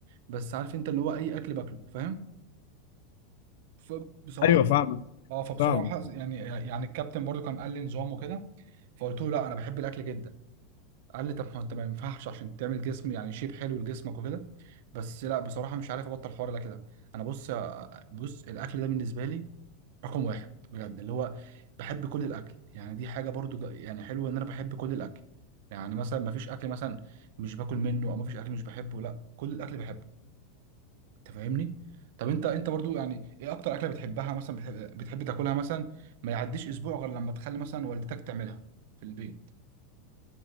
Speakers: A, on the right; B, on the left.
A: بس عارف انت اللي هو اي اكل باكله فاهم فبصراحه
B: ايوه فاهمك
A: اه فبصراحه
B: فاهمك
A: يعني يعني الكابتن برضو كان قال لي نظام وكده فقلت له لا انا بحب الاكل جدا قال لي طب ما انت ما ينفعش عشان تعمل جسم يعني شيب حلو لجسمك وكده بس لا بصراحه مش عارف ابطل حوار الاكل ده انا بص بص الاكل ده بالنسبه لي رقم واحد بجد اللي هو بحب كل الاكل يعني دي حاجه برضو ج- يعني حلوه ان انا بحب كل الاكل يعني مثلا ما فيش اكل مثلا مش باكل منه او ما فيش اكل مش بحبه لا كل الاكل بحبه انت فاهمني طب انت انت برضو يعني ايه اكتر اكله بتحبها مثلا بتحب, بتحب تاكلها مثلا ما يعديش اسبوع غير لما تخلي مثلا والدتك تعملها في البيت